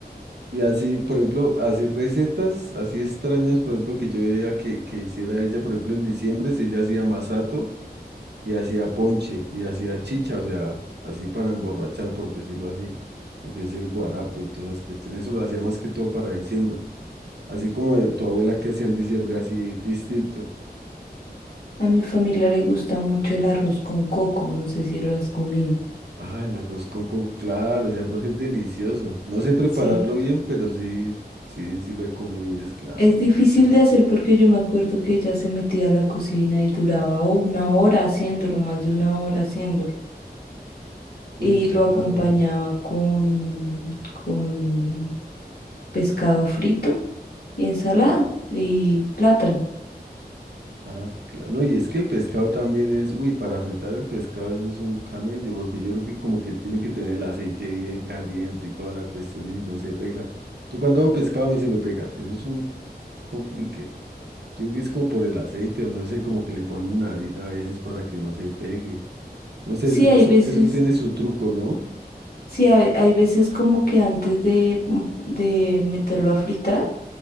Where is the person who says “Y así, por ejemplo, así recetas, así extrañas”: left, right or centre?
Right